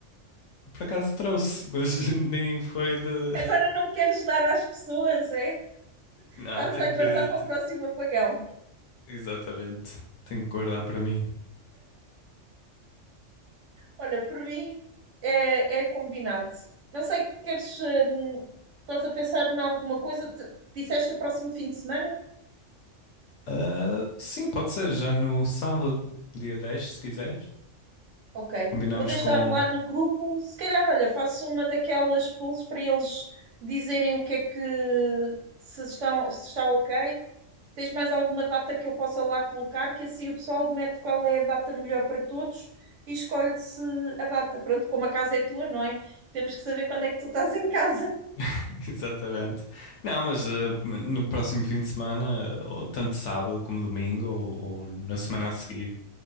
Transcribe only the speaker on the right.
Agora não queres dar às pessoas, é?
Estás
a guardar
para
o próximo apagão.
Olha, por mim é, é combinado. Não sei, queres. hum, estás a pensar em alguma coisa? Te- Disseste o próximo fim de semana?
Ok.
Vou deixar
lá no grupo. Se calhar, olha, faço uma daquelas polls para eles dizerem o que é que. Se estão, se está ok. Tens mais alguma data que eu possa lá colocar? Que assim o pessoal mete qual é a data melhor para todos e escolhe-se a data. Pronto, como a casa é tua, não é? Temos que saber quando é que tu estás em casa.